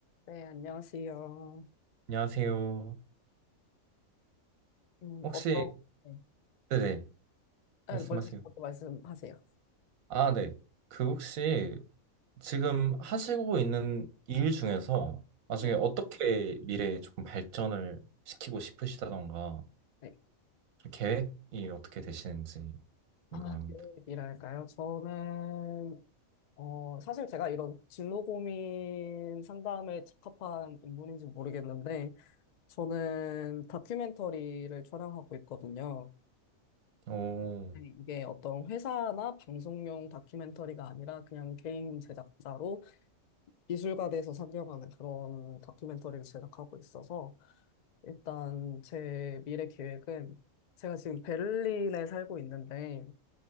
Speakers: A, on the left; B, on the right.
A: 네, 안녕하세요.
B: 안녕하세요.
A: 음,
B: 혹시,
A: 어떤, 네.
B: 네네,
A: 아,
B: 말씀하세요.
A: 먼저 어떤 말씀하세요.
B: 아, 네. 그 혹시 지금 하시고 있는 일 중에서 나중에
A: 네.
B: 어떻게 미래에 조금 발전을 시키고 싶으시다던가
A: 네.
B: 좀 계획이 어떻게 되시는지 궁금합니다.
A: 아, 계획이랄까요? 저는, 어, 사실 제가 이런 진로 고민 상담에 적합한 인물인지 모르겠는데, 저는 다큐멘터리를 촬영하고 있거든요.
B: 오,
A: 네, 이게 어떤 회사나 방송용 다큐멘터리가 아니라 그냥 개인 제작자로 미술가 돼서 상영하는 그런 다큐멘터리를 제작하고 있어서, 일단 제 미래 계획은 제가 지금 베를린에 살고 있는데